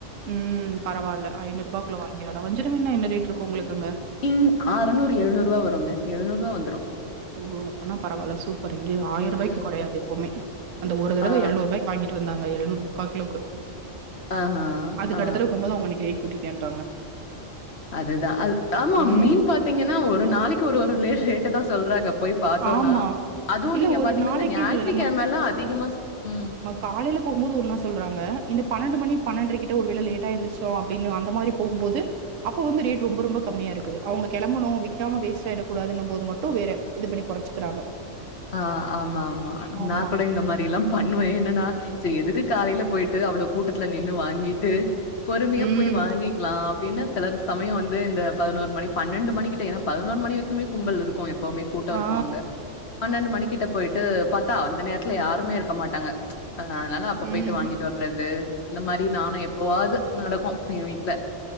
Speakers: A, on the right; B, on the left.
A: ம் பரவால்ல ஐநூறுபாக்குள்ள வாங்கிர்லாடா வஞ்சர மீன்லா என்ன ரேட் இருக்கு உங்களுக்கு அங்க
B: இங் அறநூறு எழுநூறுவா வருங்க எழுநூறுவா வந்துரு
A: ஓ அப்பனா பரவால்ல சூப்பர் இங்கே ஆயர்ரூவாய்க்கு
B: ம்.
A: கொறையாது எப்பவுமே அந்த ஒரு தடவ
B: ஆ.
A: எழநூறுவாய்க் வாங்கிட்டு வந்தாங்க எழுநூறு முக்கா கிலோக்கு
B: ஆஹா.
A: அதுக்கடுத்தடவ
B: ஆ.
A: போம்போது அவுங்க அன்னைக்கு ரேட் கூட்டிட்டேன்ட்டாங்க
B: அதுதா அது ஆமா
A: ம்.
B: மீன் பாத்தீங்கனா ஒரு நாளைக்கு ஒரு ஒரு <unintelligible> ட்டு தா சொல்றாங்க போய் பாத்தோனா
A: ஆமா.
B: அதுவு
A: இல்ல
B: நீங்க
A: ஒரு
B: பாத்தீங்னா
A: நாளைக்குன்னு
B: இந்த ஞாயித்துக்கெழமலா
A: இல்ல
B: அதிகமாஸ் ம்
A: காலைல போகும்போது ஒன்னா சொல்றாங்க இந்த பன்னெண்டு மணி பன்னென்ரை கிட்ட ஒருவேள லேட்டா எந்திரிச்சோ அப்டின்னு அந்த மாரி போகும்போது அப்ப வந்து ரேட் ரொம்ப ரொம்ப கம்மியா இருக்குது அவுங்க கெளம்பணு விக்காம வேஸ்ட் ஆயிடக் கூடாதுன்னும் போது மட்டு வேற இது பண்ணி கொறச்சுக்கிறாங்க
B: ஆ ஆமா ஆமா
A: ஆமா
B: நா கூட இந்த மாரிலாம் பண்ணுவே என்னன்னா சேரி எதுக்கு காலைல போயிட்டு அவ்ளோ கூட்டத்துல நின்னு வாங்கிட்டு பொறுமையா
A: ம்
B: போய் வாங்கிக்லா அப்டின்னு சில சமயம் வந்து இந்த பதினோரு மணி பன்னெண்டு மணிக்கு டே ஏன்னா பதினோரு மணி வரைக்குமே கும்பல் இருக்கு எப்பவுமே கூட்ட இருக்கு
A: ஆ
B: அங்க பன்னெண்டு மணிக்கிட்ட போய்ட்டு பாத்தா அந்த நேரத்துல யாருமே இருக்க மாட்டாங்க அதனால அப்ப போய்ட்டு
A: ம்
B: வாங்கிட்டு வர றது அந்த மாரி நானு எப்பவாது நடக்கு என் வீட்ல